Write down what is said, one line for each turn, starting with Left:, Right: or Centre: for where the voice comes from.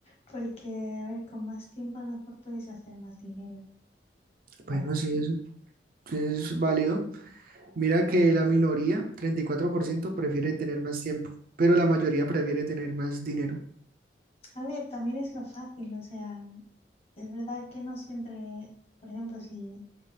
Left: Porque, a ver, con más tiempo a lo mejor puedes hacer más dinero.
Right: Bueno,
Left: Así
Right: sí,
Left: que,
Right: es, sí es válido. Mira que la minoría, 34%, prefiere tener más tiempo, pero la mayoría prefiere tener más dinero.
Left: a ver, también es lo fácil, o sea, es verdad que no siempre, por ejemplo, si...